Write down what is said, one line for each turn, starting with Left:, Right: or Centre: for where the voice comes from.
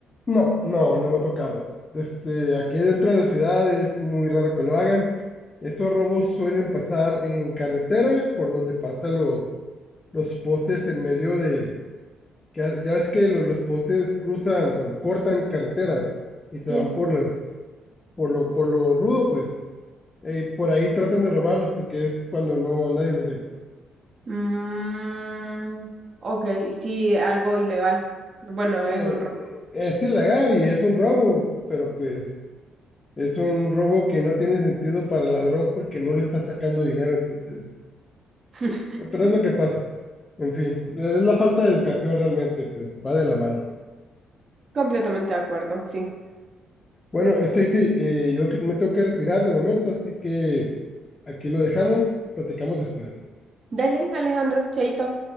Left: no, no, no me ha tocado. Este, aquí dentro de la ciudad es muy raro que lo hagan. Estos robos suelen pasar en carretera, por donde pasan los, los postes en medio de... que Ya ya ves que los, los postes cruzan, bueno, cortan carretera y se
Right: Sí.
Left: van por, la- por lo, por lo rudo, pues. Eh, por ahí tratan de robarlos porque es cuando no nadie los ve.
Right: Mm, ok, sí, algo ilegal. Bueno, es
Left: Eh,
Right: un robo.
Left: eh, es ilegal y es un robo, pero pues es un robo que no tiene sentido para el ladrón porque no le está sacando dinero, entonces.
Right: <laughs>
Left: eh, Pero es lo que pasa. En fin, es la falta de educación realmente, pues va de la mano.
Right: Completamente de acuerdo, sí.
Left: Bueno, Stacy, eh, yo que- me tengo que retirar de momento, así que aquí lo dejamos, platicamos después.
Right: Dale, Alejandro, chaito.